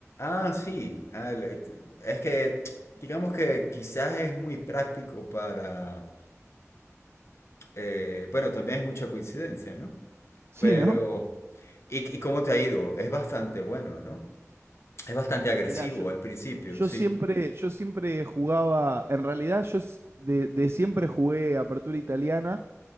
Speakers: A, on the left; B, on the right.
A: Ah, sí, ah, le- es que digamos que quizás es muy práctico para... eh, bueno, también es mucha coincidencia, ¿no?
B: Sí,
A: Pero,
B: ¿no?
A: ¿y, y cómo te ha ido? Es bastante bueno, ¿no? Es bastante agresivo
B: Mirá, yo,
A: al principio,
B: yo
A: sí.
B: siempre, yo siempre jugaba, en realidad yo s- de, de siempre jugué apertura italiana